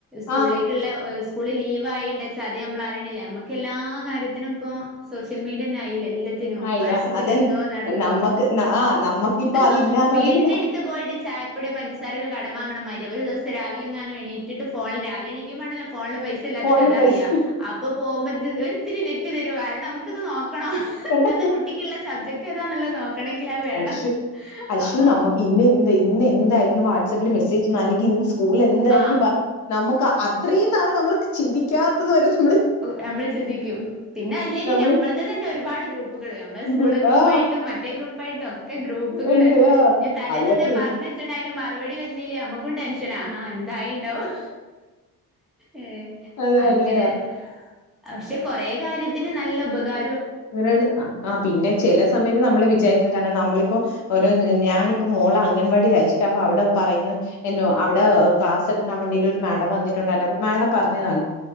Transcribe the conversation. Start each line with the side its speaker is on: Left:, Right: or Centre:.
Centre: സ്കൂളിലേക്ക്ള്ള
Left: ആഹ്
Centre: ഒ സ്കൂള് ലീവായിണ്ട്ച്ചാ അത് നമ്മളറീണില്ല ഞമ്മക്കെല്ലാ കാര്യത്തിനും ഇപ്പൊ സോഷ്യൽ മീഡിയെന്നായിലെ എല്ലത്തിനും
Left: ആയി
Centre: വാട്സ്പ്പിൽ
Left: ആഹ് അതന്നെ
Centre: എന്തോ നടക്കൊ
Left: നമ്മക്ക് ആഹ് നമ്മക്കിപ്പ
Centre: ഇത്പ്പോ
Left: അതില്ലാന്നുണ്ടെങ്കിൽ
Centre: വീടിന്റെട്ത്ത് പോയിട്ട് ചായപ്പൊട്യോ പഞ്ചസാരൊക്കെ കടം വാങ്ങ്ണമാരിയ ഒരു ദിവസം രാവിലെങ്ങാനും എണീറ്റ്ട്ട് ഫോണ്ല് രാവിലെ എണിക്കുമ്പോണല്ലോ ഫോണില് പൈസ ഇല്ലാത്ത
Left: ഫോണില്
Centre: കഥറിയാ
Left: പൈസ
Centre: അപ്പൊ പോവുമ്പൊ ഇത് ഒര്ത്തിരി നെറ്റ് തരൊ കാരണം നമുക്ക്ത് നോ നോക്കണം
Left: കണ്ട
Centre: ഇന്നത്തെ കുട്ടിക്ക്ള്ള സബ്ജെക്റ്റേതാന്ന്ള്ളേ നോക്കണങ്കിൽ അത് വേണം
Left: അശോ അശു
Centre: അപ്പൊ
Left: നമുക്ക് ഇന്ന് എന്ത് ഇന്ന് എന്തായിരിക്കും വാട്സപ്പില് മെസ്സേജ് അല്ലെങ്കി ഇന്ന് സ്കൂളിലെന്തായിരിക്കും
Centre: ആഹ്
Left: പറഞ്ഞേ നമ്മ ക്ക് അത്രേയുന്നാള് നമ്മള് ചിന്തിക്കാത്തത് വരെ ന
Centre: ഞമ്മള് ചിന്തിക്ക്യും പിന്നെ അയിലേക്ക്
Left: നമ്മള്
Centre: ഞമ്മളത് തന്നെ ഒര് പാട് ഗ്രൂപ്പുകള് ഞമ്മളെ സ്കൂളിലെ
Left: ഗ്രൂപ്പ്
Centre: ഗ്രൂപ്പായിട്ടും
Left: ആ
Centre: മറ്റെ ഗ്രൂപ്പായിട്ടൊ ക്കെ ഗ്രൂപ്പുകള്
Left: ഉണ്ട് ആ
Centre: ഇനി തലേന്നെന്തെ
Left: അതിലൊക്കെ
Centre: പറഞ്ഞ് വെച്ച്ണ്ടെ അയിന്റെ മറുപടി വെന്നീല്ലേ ഞമ്മക്കും ടെൻഷ ൻഷനാ ഹാ എന്തായിണ്ടാവും ഏഹ്
Left: അതാണ്
Centre: അങ്ങനെ പക്ഷെ കൊറെ കാര്യത്തിന് നല്ല ഉപകാ
Left: അങ്ങനേണ് ആ പിന്നെ ചെല സമയത്ത് നമ്മള് വിചാരി ക്കാണ്‌ നമ്മളിപ്പൊ ഒര് ഞാനിപ്പൊ മോളെ അംഗൻവാടിലയച്ചിട്ടാവുമ്പോ അവ്ടെ പറയ്ന്ന നോ അവ്ടെ ക്ലാസ്സ് എടുക്കാൻവേണ്ടീട്ട് ഒര് മാഡം വന്നിട്ട്ണ്ടായിരുന്നു അപ്പം മാഡം പറഞ്ഞതാണ്